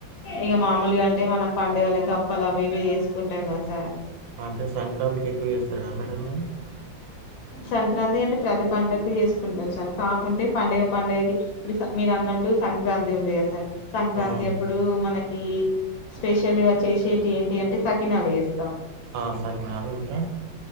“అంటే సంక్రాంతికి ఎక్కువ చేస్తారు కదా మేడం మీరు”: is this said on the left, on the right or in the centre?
Right